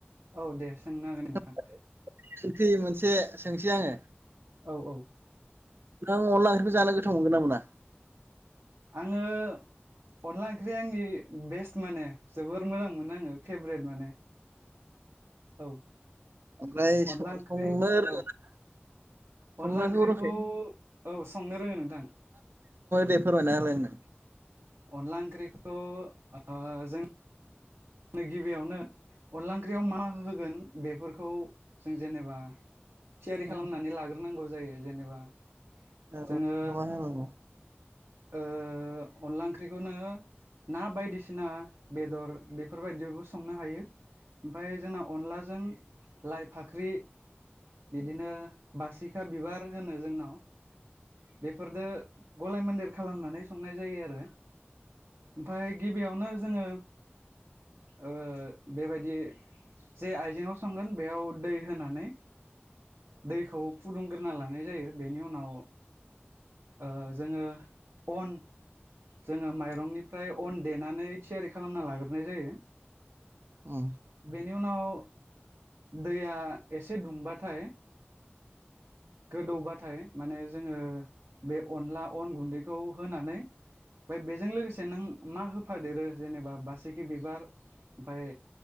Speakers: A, on the right; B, on the right.
A: औ दे। सोंनो हागोन
B: <unintelligible>
A: नोंथां
B: सोंथि मोनसे सोंसै आङो।
A: औ औ
B: नों अनला ओंख्रिखौ जानो गोथाव मोनगोन ना मोना?
A: आङो अनला ओंख्रि आंनि बेस्ट माने। जोबोर मोजां मोनो आङो फेभरेट माने औ
B: ओमफ्राय
A: अनला
B: सं-संनो
A: ओंख्रि
B: रोङोना?
A: औ अनला
B: संनायखौ
A: ओंख्रिखौ औ संनो रोङो नोंथां
B: दे फोरमायना होलाय आंनो
A: अनला ओंख्रिखौ ओ जों नो गिबियावनो अनला ओंख्रियाव मा होगोन बेफोरखौ जों जेनेबा थियारि
B: आंनो
A: खालामनानै लाग्रोनांगौ जायो जेनेबा
B: <unintelligible>
A: जोङो ओ अनला ओंख्रिखौनो ना बायदिसिना बेदर बेफोरबायदियावबो संनो हायो ओमफ्राय जोंना अनलाजों लाइ फाख्रि बिदिनो बासिखा बिबार होनो जोंनाव बेफोरदो गलाय मोन्देर खालामनानै संनाय जायो आरो ओमफाय गिबियावनो जोङो ओ बेबायदि जे आइजेंआव संगोन बेयाव दै होनानै दैखौ फुदुंग्रोना लानाय जायो बेनि उनाव ओ जोङो अन जोङो माइरंनिफ्राय अन देनानै थियारि खालामना लाग्रोनाय जायो।
B: ओम
A: बेनि उनाव दैया एसे दुंबाथाय गोदौबाथाय माने जोङो बे अनला अन गुन्दैखौ होनानै ओमफ्राय बेजों लोगोसे नों मा होफादेरो जेनेबा बासिखि बिबार ओमफाय